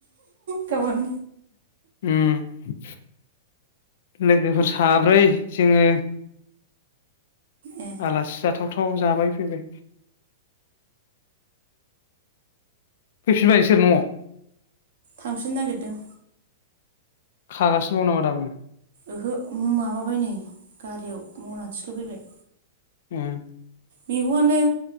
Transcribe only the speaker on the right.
गाबोन
ए
थांफिननो नागिरदों।
ओहो माबाबाय नै गारियाव मना थिखो फैबाय
मैगंआनो